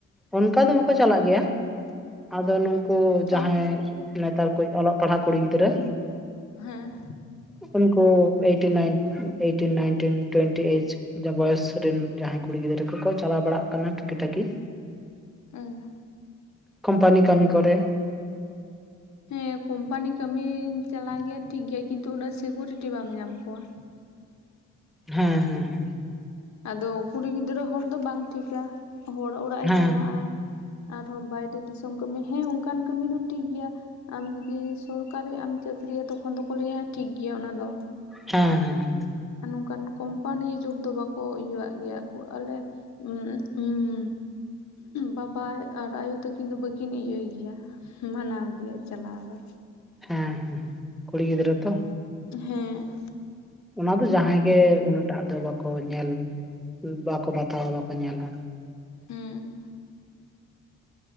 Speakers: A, in the centre; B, on the left.
A: ᱚᱱᱠᱟ ᱫᱚ ᱵᱟᱠᱚ ᱪᱟᱞᱟᱜ ᱜᱮᱭᱟ᱾ ᱟᱫᱚ ᱱᱩᱠᱩ
B: ᱛᱟᱨ
A: ᱡᱟᱸᱦᱟᱸᱭ ᱱᱮᱛᱟᱨ ᱠᱚ ᱚᱞᱚᱜ ᱯᱟᱲᱦᱟᱜ ᱠᱩᱲᱤ ᱜᱤᱫᱽᱨᱟᱹ
B: ᱦᱮᱸ
A: <unintelligible> eight nine eighteen, nineteen, twenty each boys ᱨᱮᱱ ᱡᱟᱸᱦᱟᱸᱭ ᱠᱩᱲᱤ ᱜᱤᱫᱽᱨᱟᱹ ᱠᱚᱠᱚ ᱪᱟᱞᱟᱣ ᱵᱟᱲᱟᱜ ᱠᱟᱱᱟ ᱴᱩᱠᱤ ᱴᱟᱠᱤ᱾
B: ᱟᱸ
A: ᱠᱚᱳᱢᱯᱟᱱᱤ ᱠᱟᱹᱢᱤ ᱠᱚ ᱨᱮ᱾
B: ᱦᱮᱸ ᱠᱚᱢᱯᱟᱱᱤ ᱠᱟᱹᱢᱤ ᱪᱟᱞᱟᱜ ᱜᱮᱭᱟ ᱴᱷᱤᱠ ᱜᱮᱭᱟ, ᱠᱤᱱᱛᱩ ᱩᱱᱟᱹᱜ ᱥᱤᱠᱩᱨᱤᱴᱤ ᱵᱟᱢ ᱧᱟᱢ ᱠᱚᱣᱟ᱾
A: ᱦᱮᱸ ᱦᱮᱸ ᱦᱮᱸ
B: ᱟᱫᱚ ᱠᱩᱲᱤ ᱜᱤᱫᱽᱨᱟᱹ ᱦᱚᱲ ᱫᱚ ᱵᱟᱝ ᱴᱷᱤᱠᱟ, ᱦᱚᱲ ᱚᱲᱟᱜ ᱮ
A: ᱦᱮᱸ
B: ᱪᱟᱞᱟᱜ- ᱟᱭ᱾ ᱟᱨᱦᱚᱸ ᱵᱟᱭᱨᱮ ᱫᱤᱥᱚᱢ ᱠᱟᱹᱢᱤ ᱦᱮᱸ ᱚᱱᱠᱟᱱ ᱠᱟᱹᱢᱤ ᱫᱚ ᱴᱷᱤᱠ ᱜᱮᱭᱟ᱾ ᱟᱢ ᱡᱚᱫᱤ ᱥᱚᱨᱠᱟᱨᱤ ᱮᱢ ᱪᱟᱹᱠᱨᱤᱭᱟ ᱛᱚᱠᱷᱚᱱ ᱫᱚ ᱠᱚ ᱞᱟᱹᱭᱟ ᱴᱷᱤᱠ ᱜᱮᱭᱟ ᱚᱱᱟ ᱫᱚ ᱾
A: ᱦᱮᱸ ᱦᱮᱸ ᱦᱮᱸ
B: ᱟᱨ ᱱᱚᱝᱠᱟᱱ ᱠᱚᱢᱯᱟᱱᱤ ᱡᱚᱵ ᱫᱚ ᱵᱟᱠᱚ ᱤᱭᱟᱹᱣᱟᱜ ᱜᱮᱭᱟ, ᱟᱞᱮ ᱩᱜ ᱩᱢ ᱵᱟᱵᱟᱭ ᱟᱨ ᱟᱭᱳ ᱛᱟᱹᱠᱤᱱ ᱫᱚ ᱵᱟᱹᱠᱤᱱ ᱤᱭᱟᱹᱭ ᱜᱮᱭᱟ᱾ ᱢᱟᱱᱟᱣ ᱜᱮᱭᱟ ᱪᱟᱞᱟᱣ ᱫᱚ᱾
A: ᱦᱮᱸ ᱦᱮᱸ ᱠᱩᱲᱤ ᱜᱤᱫᱽᱨᱟᱹ ᱛᱚ᱾
B: ᱦᱮᱸ
A: ᱚᱱᱟ ᱫᱚ ᱡᱟᱦᱟᱸᱭ ᱜᱮ ᱩᱱᱟᱹᱜᱴᱟᱜ ᱫᱚ ᱵᱟᱠᱚ ᱧᱮᱞ ᱵᱟᱠᱚ ᱵᱟᱛᱟᱣᱟ ᱵᱟᱠᱚ ᱧᱮᱞᱟ᱾
B: ᱦᱮᱸ